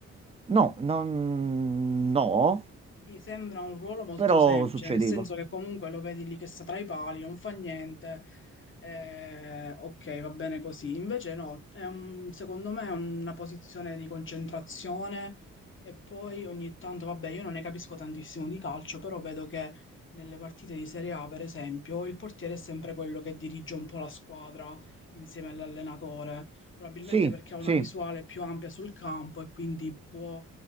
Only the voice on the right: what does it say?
No, non... no,
però
succedeva.
Sì,
sì.